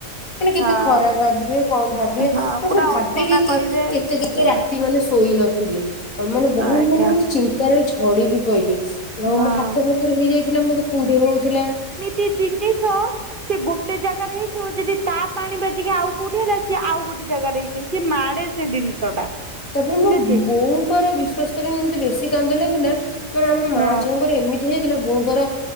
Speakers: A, on the left; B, on the right.
A: ମାନେ କେତେ
B: ହଁ
A: ଖରାପ ଭାବିବେ କଣ ଭାବିବେ?
B: ହଁ
A: ମୁଁ
B: ପୁରା
A: ସବୁ ଭାବିକି
B: ଅସନା କହିବେ
A: କେ-କେତେ କେତେ
B: ସେ
A: ରାତି ମାନେ ଶୋଇ ନଥିବେ। ମାନେ ବହୁ
B: ଆଜ୍ଞା
A: ମାନେ ଚିନ୍ତାରେ ଝଡି ବି ପଇଲି। ଆଉ
B: ହଁ
A: ମୋ ହାତ ଫାତରେ ହେଇ ଯାଇଥିଲା, ମୋର କୁଣ୍ଡେଇ ହଉଥିଲା।
B: ସେ ଜିନିଷ ସେ ଗୋଟେ ଜାଗାରେ ହେଇଥିବ, ଯଦି ତା ପାଣି ବାଜିକି ଆଉ କୋଉଠି ହେଲା, ସିଏ ଆଉ ଗୋଟେ ଜାଗାରେ ହେଇଯିବ।
A: ତା ପରେ ମୋ
B: ଠିକ ଅଛି
A: ବୋଉଙ୍କର ବିଶ୍ୱାସ କରବନି, ମତେ ବେଶି କାନ୍ଦ ଲାଗିଲା, ମାନେ ଆମ
B: ହଁ
A: ମା ଝିଅଙ୍କର ଏମି ତି ହେଇଥିଲା। ବୋଉଙ୍କର